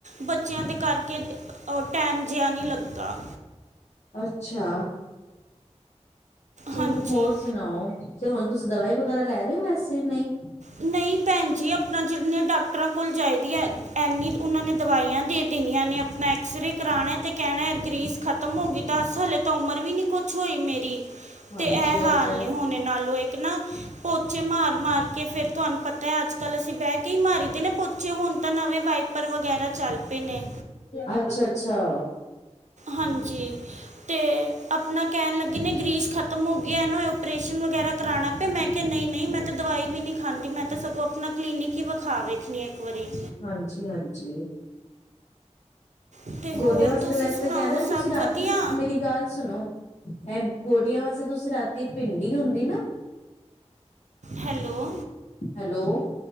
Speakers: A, on the right (about 80°); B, on the left (about 70°).
A: ਬੱਚੇਆਂ ਦੇ ਕਰਕੇ ਅ ਟੈਮ ਜਿਆ ਨੀ ਲੱਗਦਾ।
B: ਅੱਛਾ। ਚਲੋ
A: ਹਾਂਜੀ
B: ਹੋਰ ਸੁਣਾਓ ਤੇ ਹੁਣ ਤੁਸੀਂ ਦਵਾਈ ਵਗੈਰਾ ਲੈ ਰਹੇ ਓ ਵੈਸੇ ਨਈ
A: ਨਹੀਂ ਭੈਣ ਜੀ ਆਪਣਾ ਜਿੰਨੇ ਡਾਕਟਰਾਂ ਕੋਲ ਜਾਈਦੀ ਐ। ਐਨੀ ਓਨਾਂ ਨੇ ਦਵਾਈਆਂ ਦੇ ਦੇਣੀਆਂ ਨੇ ਆਪਣਾ ਐਕਸਰੇ ਕਰਾਣਾ ਤੇ ਕੈਹਨਾ ਗ੍ਰੀਸ ਖਤਮ ਹੋ ਗਈ ਦਸ ਹਾਲੇ ਤਾਂ ਉਮਰ ਵੀ ਨੀ ਕੁਛ ਹੋਈ ਮੇਰੀ
B: ਹਾਂਜੀ
A: ਤੇ ਐ
B: ਇਹ
A: ਹਾਲ
B: ਤੇ
A: ਨੇ ਹੋਣੇ ਨਾਲੋਂ ਇੱਕ ਨਾ ਪੋਚੇ ਮਾਰ ਮਾਰ ਕੇ ਫਿਰ ਤੁਹਾਨੂੰ ਪਤਾ ਹੈ ਅੱਜਕੱਲ੍ਹ ਅਸੀਂ ਬਹਿ ਕੀ ਮਾਰੀ ਦੇ ਨੇ ਪੋਚੇ ਹੁਣ ਤਾਂ ਨਵੇਂ ਵਾਈਪਰ ਵਗੈਰਾ ਚੱਲ ਪਏ ਨੇ।
B: ਅੱਛਾ-ਅੱਛਾ।
A: ਹਾਂਜੀ। ਤੇ ਆਪਣਾ ਕੈਹਣ ਲੱਗੇ ਨੇ ਗਰੀਸ ਖਤਮ ਹੋ ਗਈ ਏਨੂੰ ਓਪਰੇਸ਼ਨ ਵਗੈਰਾ ਕਰਾਨਾ ਪਏ ਮੈਂ ਕਿਹਾ ਨਈ-ਨਈ ਮੈ ਤਾਂ ਦਵਾਈ ਵੀ ਨੀ ਖਾਂਦੀ ਮੈਂ ਤਾਂ ਸਗੋਂ ਆਪਣਾ ਕਲੀਨਿਕ ਈ ਵਿਖਾ ਵੇਖਣੀ ਇੱਕ ਵਾਰੀ
B: ਹਾਂਜੀ-ਹਾਂਜੀ।
A: ਅਤੇ ਹੋਰ
B: ਗੋਡਿਆਂ ਵਾਸਤੇ
A: ਤੁਸੀਂ
B: ਵੈਸੇ
A: ਸੁਣਾਓ
B: ਕੈਹਦੇ ਤੁਸੀਂ
A: ਸਭ
B: ਰਾਤੀ
A: ਵਧੀਆ
B: ਨਾ ਮੇਰੀ ਗੱਲ ਸੁਣੋ। ਐ ਗੋਡੀਆਂ ਵਾਸਤੇ ਤੁਸੀਂ ਰਾਤੀ ਭਿੰਡੀ ਹੁੰਦੀ ਨਾ।
A: ਹੈਲੋ,
B: ਹੈਲੋ